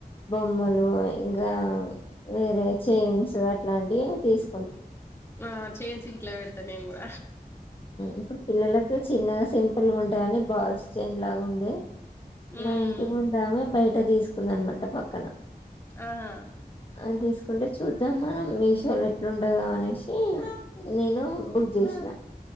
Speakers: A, on the left; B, on the left.
A: మ్మలు ఇంగా అవి వేరే చైన్స్ ఏట్లాంటి తీసుకు
B: ఆ చేన్స్ గిట్లా పెడుతే త నీ గుడ
A: ఇప్పుడు పిల్లలకు చిన్నగా సిం పుల్ ఉంటాయి అని బాల్స్ చైన్ లాగా ఉండే
B: ఉమ్
A: మా ఇంటి ముందామే బయట దీసుక్ ందనమాట పక్కన
B: ఆహా
A: అని తీసుకుంటే చూద్దాం మనం మీషోలో ఎట్లా ఉంటదో అనేసి నేను బుక్ చేసినా